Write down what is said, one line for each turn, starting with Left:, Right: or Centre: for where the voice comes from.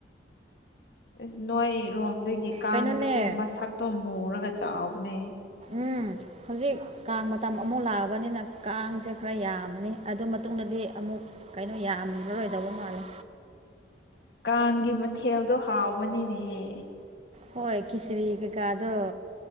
Left: ꯑꯁ ꯅꯣꯏꯔꯣꯝꯗꯒꯤ ꯀꯥꯡꯗꯨꯁꯨ
Right: ꯀꯩꯅꯣꯅꯦ
Left: ꯃꯁꯛꯇꯣ ꯃꯨꯔꯒ ꯆꯥꯎꯕꯅꯦ <inaudible>
Right: ꯎꯝ ꯍꯧꯖꯤꯛ ꯀꯥꯡ ꯃꯇꯝ ꯑꯃꯨꯛ ꯂꯥꯛꯑꯕꯅꯤꯅ ꯀꯥꯡꯁꯦ ꯈꯔ ꯌꯥꯝꯃꯅꯤ ꯑꯗꯨ ꯃꯇꯨꯡꯗꯗꯤ ꯑꯃꯨꯛ ꯀꯩꯅꯣ ꯌꯥꯝꯃꯔꯣꯏꯗꯧꯕ ꯃꯥꯜꯂꯦ
Left: ꯎꯝ ꯀꯥꯡꯒꯤ ꯃꯊꯦꯜꯗꯣ ꯍꯥꯎꯕꯅꯤꯅꯦꯍꯦ
Right: ꯍꯣꯏ ꯈꯤꯆꯔꯤ ꯀꯩꯀꯥꯗꯣ